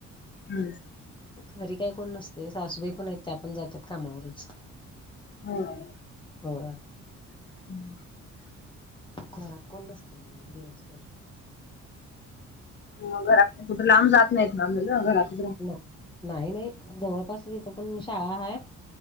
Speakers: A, on the left; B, on the left.
A: हुं.
B: घरी काय कोण नसतय सासूबाई पण हायत त्यापण जात्यात कामावरच.
A: हां.
B: होय.
A: <inaudible>
B: घरात कोण नसतय मग दिवसभर
A: मग घरात कुठ लांब जात नायीत ना मुल घरात
B: <inaudible> नाही नाही जवळपास इथं पण शाळा हाय